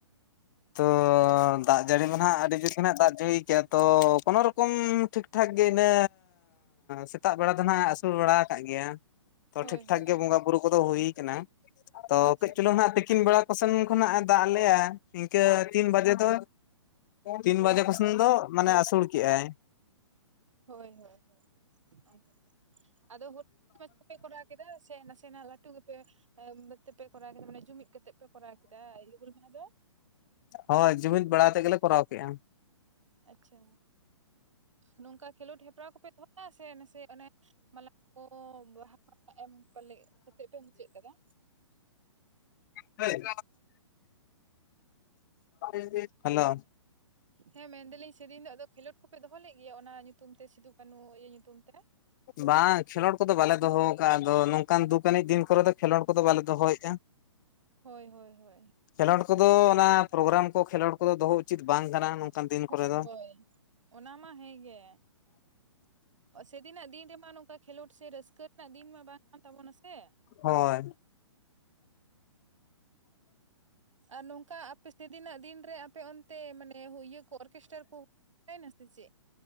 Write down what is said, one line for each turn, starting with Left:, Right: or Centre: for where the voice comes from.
Left: ᱛᱚ ᱫᱟᱜ ᱡᱟᱹᱲᱤ ᱢᱟ ᱱᱟ ᱦᱟᱸᱜ, ᱟᱹᱰᱤ ᱫᱤᱱ ᱠᱷᱚᱱᱟᱜ ᱫᱟᱜ ᱡᱟᱹᱲᱤ ᱠᱮᱜᱼᱟ, ᱛᱚ ᱠᱳᱱᱳ ᱨᱚᱠᱚᱢ ᱴᱷᱤᱠ ᱴᱷᱟᱠ ᱜᱮ ᱤᱱᱟᱹ... ᱥᱮᱛᱟᱜ ᱵᱮᱲᱟ ᱫᱚ ᱱᱟᱦᱟᱜ-ᱮ ᱟᱹᱥᱩᱲ ᱵᱟᱲᱟ ᱟᱠᱟᱫ ᱜᱮᱭᱟ ᱛᱚ
Right: ᱦᱳᱭ
Left: ᱴᱷᱤᱠᱴᱷᱟᱠ
Right: ᱦᱳᱭ
Left: ᱜᱮ ᱵᱚᱸᱜᱟ ᱵᱩᱨᱩ ᱠᱚᱫᱚ ᱦᱩᱭ ᱟᱠᱟᱱᱟ ᱛᱚ
Right: ᱟᱪᱪᱷᱟ
Left: ᱠᱟᱹᱪ ᱪᱩᱞᱩᱝ ᱦᱟᱸᱜ ᱛᱤᱠᱤᱱ ᱵᱮᱲᱟ ᱚᱠᱟᱥᱮᱱ ᱠᱷᱚᱱᱟᱜ ᱮ ᱫᱟᱜᱼᱟ ᱞᱮᱭᱟ ᱤᱱᱠᱟᱹ ᱛᱤᱱ ᱵᱟᱡᱮ ᱫᱚ ᱛᱤᱱ ᱵᱟᱡᱮ ᱠᱚᱥᱮᱱ ᱫᱚ ᱢᱟᱱᱮ ᱟᱹᱥᱩᱲ ᱠᱮᱜ-ᱟᱭ
Right: ᱦᱳᱭ ᱦᱳᱭ ᱦᱳᱭ <unintelligible> ᱟᱫᱚ ᱦᱩ ᱠᱚᱨᱟᱣ ᱠᱮᱫᱟ ᱥᱮ ᱱᱟᱥᱮᱱᱟᱜ ᱞᱟᱹᱴᱩ ᱯᱮ ᱢᱚᱸᱡᱽ ᱛᱮᱯᱮ ᱠᱚᱨᱟᱣ ᱠᱮᱫᱟ ᱢᱟᱱᱮ ᱡᱩᱢᱤᱫᱽ ᱠᱟᱛᱮᱜ ᱯᱮ ᱠᱚᱨᱟᱣ ᱠᱮᱫᱟ ᱤᱭᱟᱹ ᱦᱩᱞ ᱢᱟᱦᱟ ᱫᱚ
Left: ᱦᱳᱭ ᱡᱩᱢᱤᱫᱽ ᱵᱟᱲᱟ ᱟᱛᱮ ᱜᱮᱞᱮ ᱠᱚᱨᱟᱣ ᱠᱮᱫᱼᱟ
Right: ᱟᱪᱪᱷᱟ ᱱᱚᱝᱠᱟ ᱠᱷᱮᱞᱚᱸᱰ ᱦᱮᱯᱨᱟᱣ ᱠᱚᱯᱮ ᱫᱚᱦᱚᱭᱟ ᱥᱮ ᱱᱟᱥᱮ ᱚᱱᱮ ᱢᱟᱞᱟ ᱠᱚ ᱵᱟᱦᱟ ᱠᱚ ᱮᱢ ᱯᱟᱞᱮ ᱠᱟᱛᱮᱜ ᱯᱮ ᱢᱩᱪᱟᱹᱫ ᱠᱟᱫᱟ?
Left: ᱦᱮᱭ ᱦᱮᱞᱳ
Right: ᱦᱮᱸ ᱢᱮᱱᱫᱟᱞᱤᱧ ᱥᱮᱫᱤᱱ ᱫᱚ ᱟᱫᱚ ᱠᱷᱮᱞᱳᱰ ᱠᱚᱯᱮ ᱫᱚᱦᱚ ᱞᱮᱜ ᱜᱮᱭᱟ, ᱚᱱᱟ ᱧᱩᱛᱩᱢ ᱛᱮ ᱥᱤᱫᱩ ᱠᱟᱹᱱᱦᱩ ᱤᱭᱟᱹ ᱧᱩᱛᱩᱢ ᱛᱮ?
Left: ᱵᱟᱝ ᱠᱷᱮᱞᱳᱰ ᱠᱚᱫᱚ ᱵᱟᱞᱮ ᱫᱚᱦᱚ ᱠᱟᱜᱼᱟ ᱾ ᱟᱫᱚ ᱱᱚᱝᱠᱟᱱ ᱫᱩᱠ ᱟᱹᱱᱤᱡ ᱫᱤᱱ ᱠᱚᱨᱮ ᱫᱚ ᱠᱷᱮᱞᱳᱰ ᱠᱚᱫᱚ ᱵᱟᱞᱮ ᱫᱚᱦᱚᱭᱮᱫᱼᱟ
Right: ᱦᱳᱭ ᱦᱳᱭ ᱦᱳᱭ
Left: ᱠᱷᱮᱞᱳᱰ ᱠᱚᱫᱚ ᱚᱱᱟ ᱯᱨᱳᱜᱨᱟᱢ ᱠᱚ ᱠᱷᱮᱞᱳᱰ ᱠᱚᱫᱚ ᱫᱚᱦᱚ ᱩᱪᱤᱛ ᱵᱟᱝ ᱠᱟᱱᱟ ᱱᱚᱝᱠᱟᱱ ᱫᱤᱱ
Right: ᱦᱳᱭ
Left: ᱠᱚᱨᱮ ᱫᱚ
Right: ᱦᱳᱭ ᱚᱱᱟ ᱢᱟ ᱦᱮᱸᱜᱮ ᱥᱮᱫᱤᱱᱟᱜ ᱫᱤᱱ ᱨᱮᱢᱟ ᱱᱚᱝᱠᱟ ᱠᱷᱮᱞᱳᱰ ᱥᱮ ᱨᱟᱹᱥᱠᱟᱹ ᱨᱮᱱᱟᱜ ᱫᱤᱱ ᱢᱟ ᱵᱟᱝ ᱠᱟᱱ ᱛᱟᱵᱚᱱᱟ ᱥᱮ
Left: ᱦᱳᱭ
Right: ᱟᱨ ᱱᱚᱝᱠᱟ ᱟᱯᱮ ᱥᱮᱫᱤᱱᱟᱜ ᱫᱤᱱ ᱨᱮ ᱟᱯᱮ ᱚᱱᱛᱮ ᱢᱟᱱᱮ ᱤᱭᱟᱹ ᱠᱚ ᱠᱮᱥᱴᱟᱨ ᱠᱚᱩᱞᱟᱹᱭ ᱱᱟᱥᱮ ᱪᱮ